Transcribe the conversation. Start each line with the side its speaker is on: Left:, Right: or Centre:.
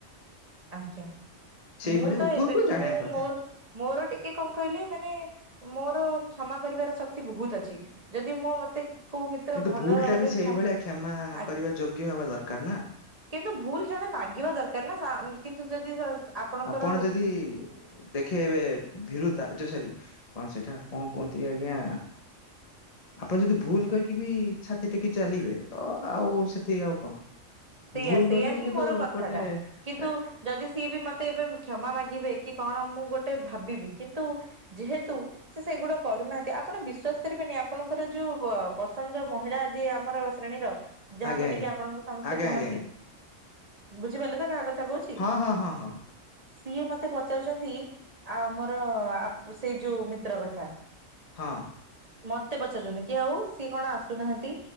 Right: ଆଜ୍ଞା।
Left: <inaudible>
Right: ମୁଁ ତ
Left: ଉପର
Right: ଏବେ
Left: ଉପରୁ
Right: ମୁଁ
Left: ଜାଣିବା କଥା।
Right: ମୋର ମୋର ଟିକେ କଣ କହିଲେ ମାନେ ମୋର କ୍ଷମା କରିବାର ଶକ୍ତି ବହୁତ ଅଛି ଯଦି ମୁଁ ମତେ କୋଉ ମିତ୍ର
Left: କିନ୍ତୁ
Right: ଭଲରେ
Left: ଭୁଲ ଟା ବି ସେଇଭଳିଆ
Right: କ୍ଷ
Left: କ୍ଷମା
Right: ଆ
Left: କରିବା ଯୋଗ୍ୟ ହବା ଦରକାର ନା?
Right: କିନ୍ତୁ ଭୁଲ ଜଣେ ମାଗିବା ଦରକାର ନା କିନ୍ତୁ ଯଦି ଆପଣଙ୍କର
Left: ଆପଣ ଯଦି ଦେଖେଇବେ ଭୀରୁତା ଆଚ୍ଛା ଯୋ ସୋରୀ କଣ ସେଟା କଣ କୁହନ୍ତି ଆଜ୍ଞା ଆପଣ ଯଦି ଭୁଲ କରିକି ବି ଛାତି ଟେକି ଚାଲିବେ ତ ଆଉ ସେଠି ଆଉ କଣ
Right: ସେଇୟା
Left: ଭୁଲ
Right: -ସେଇୟା
Left: କରୁଛନ୍ତି
Right: ହିଁ
Left: କିନ୍ତୁ
Right: ମୋର କଥାଟା
Left: ଏପଟେ
Right: କିନ୍ତୁ
Left: ଏ,
Right: ଯଦି ସିଏ ବି ମତେ ତେ ଏବେ କ୍ଷମା ମାଗିବେ କି କଣ ମୁଁ ଗୋଟେ ଭାବିବି କିନ୍ତୁ ଯେହେତୁ ସେ ସେଗୁଡ଼ା କରୁନାହାନ୍ତି ଆପଣ ବିଶ୍ଵାସ କରିବେନି ଆପଣଙ୍କର ଯୋଉ ପସନ୍ଦ ମହିଳା ଯିଏ ଆମର ଶ୍ରେଣୀର ଯାହାକୁ
Left: ଆଜ୍ଞା
Right: ନେଇକି ଆପଣଙ୍କୁ
Left: ଆଜ୍ଞା
Right: ସମସ୍ତେ କୁହନ୍ତି
Left: ଆଜ୍ଞା ଆଜ୍ଞା ଆଜ୍ଞା
Right: ବୁଝିପାରିଲେ ତ କାହା କଥା କହୁଛି?
Left: ହଁ ହଁ ହଁ ହଁ ହଁ
Right: ସିଏ ମତେ ପଚାରୁଛନ୍ତି ଆ- ଆମର ସେଇ ଯୋଉ ମିତ୍ର କଥା
Left: ହଁ।
Right: ମତେ ପଚାରୁଛନ୍ତି କି ଆଉ ସିଏ କଣ ଆସୁନାହାନ୍ତି